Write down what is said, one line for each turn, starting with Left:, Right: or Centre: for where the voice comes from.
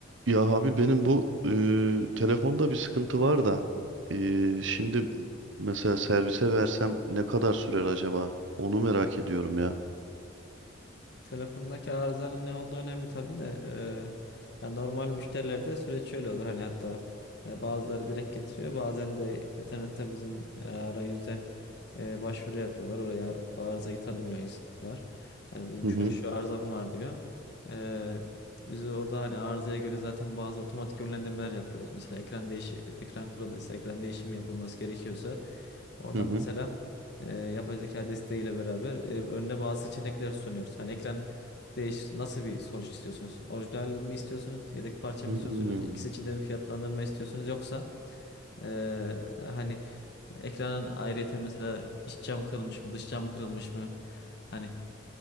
Right: Ya Habil benim bu eee, telefonda bir sıkıntı var da eee, şimdi mesela servise versem ne kadar sürer acaba? Onu merak ediyorum ya.
Left: Telefondaki arızanın ne olduğu önemli tabii de eee, ya normal müşterilerde süreç şöyle olur hani hatta e, bazıları direkt getiriyor bazen de internetten bizim e, arayüzden e, başvuru yapıyorlar oraya arızayı tanımlıyor insanlar hani bizim
Right: Hı hı
Left: şöyle şu arızam var diyor Eee, biz orada hani arızaya göre zaten bazı otomatik yönlendirmeler yapıyoruz mesela ekran değişi ekran kırıldıysa ekran değişimi yapılması gerekiyorsa oradan
Right: hı hı.
Left: mesela e, yapay zeka desteğiyle beraber e, önüne bazı seçenekler sunuyoruz. Hani ekran değiş nasıl bir sonuç istiyorsunuz? Orijinal mi istiyorsunuz? Yedek parça
Right: Hmm,
Left: mı istiyorsunuz? İkisi içinde bir fiyatlandırma istiyorsunuz? Yoksa e, hani ekranın ayrıyeten mesela iç cam kırılmış mı, dış cam kırılmış mı? Hani